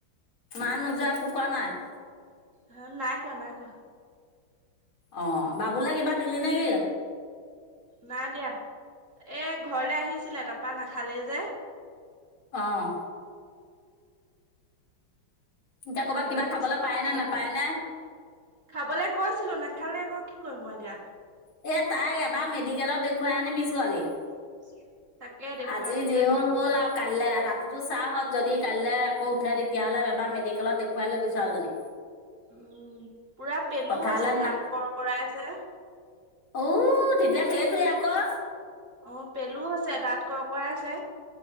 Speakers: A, on the left; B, on the right.
A: মা নোযা কুকোৱা নাই <unintelligible>
B: অ নাই কোৱা নাই কোৱা
A: অ বাবুলে কিবা দিলি নে কি
B: নাই দিয়া এ ঘৰলে আহিছিলে তাৰপা নাখালেই যে
A: আহ এতিয়া ক'ৰবাত
B: খাবলে
A: কিবা
B: কৈছিলো
A: খাবলৈ পায়নে
B: নাখালে
A: নাপায়নে
B: খাবলে কৈছিলো নাখালে ক কি কৰিম মই দিয়া
A: এ তাইক এবাৰ মেডিকেলত দেখুৱাই আনিবি ছোৱালী
B: <inaudible> দেখুৱাই
A: আজি
B: আনিবগে
A: যি
B: লাগিব
A: হ'ল হ'ল আৰু কাইলৈ ৰাতিটো চাহ হত যদি কাইলৈ আকৌ উঠে তেতিয়াহ'লে এবাৰ মেডিকেলত দেখুৱাই ল'বি ছোৱালজনী
B: উম পুৰা পেলু
A: পথাৰলৈ
B: হৈছে দাঁত কৰ কৰাই আছে
A: উ তেতিয়া সেইটোৱে আকৌ
B: অ পেলু আছে দাঁত ক কৰাই আছে